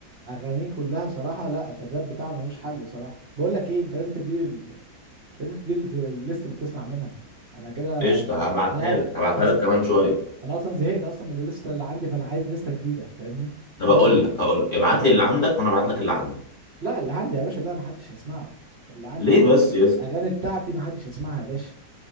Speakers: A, on the right; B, on the left.
A: اغانيه كلها صراحه لا في الراب بتاعه ملوش حل صراحه بقول لك ايه انت لازم تدي ال... لازم تدي ال- الليست اللي بتسمع منها انا كده
B: قشطه هبعتها
A: انا
B: لك هبعتها
A: أص...
B: لك كمان شويه
A: انا اصلا زهقت اصلا من الليسته اللي عندي فانا عايز ليسته جديده فاهمني
B: طب
A: بدل
B: اقول لك هقول لك ابعت
A: بدل
B: لي اللي عندك وانا ابعت لك اللي عندي
A: لا اللي عندي يا باشا ده محدش يسمعه اللي عندي
B: ليه
A: اغاني
B: بس يا اسطى
A: اغاني بتاعتي محدش يسمعها يا باشا